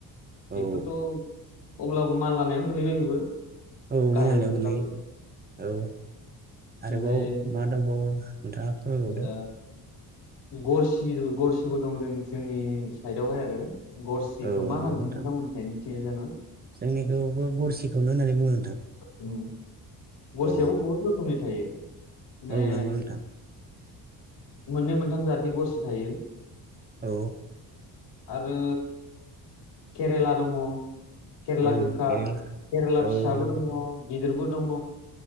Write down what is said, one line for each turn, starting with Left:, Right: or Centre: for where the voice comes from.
Right: औ
Left: बेखोथ' अब्लाबो मान लानायानोनो गोलैबाय बेबो।
Right: औ
Left: गाहायाव
Right: मानलानायाव
Left: थायब्लाबो
Right: गोलैयो औ। आरोबाव
Left: ओमफ्राय
Right: मा दंबावो नोंथाङा फोरमायबावदो।
Left: ओ गरसि, गरसिबो दं जों जोंनि साइदावहाय आरो। गरसिखो
Right: औ
Left: मा
Right: नंगौ
Left: होनो
Right: नोंथां
Left: नोंथांमोननि थिंजजाय मिथियो जानो?
Right: जोंनिखौबो गरसिखौनो होननानै बुङो नोंथां।
Left: उम। गरसियाबो
Right: औ
Left: बहुत रोखोमनि थायो। माने
Right: औ नंगौ नोंथां।
Left: मोननै मोनथाम जातनि गरसि थायो।
Right: औ।
Left: आरो केरेला दङ। केरेला
Right: औ
Left: गोखा।
Right: केरेला
Left: केरेला
Right: औ
Left: फिसाबो
Right: नंगौ
Left: दं। गिदिरबो दङ।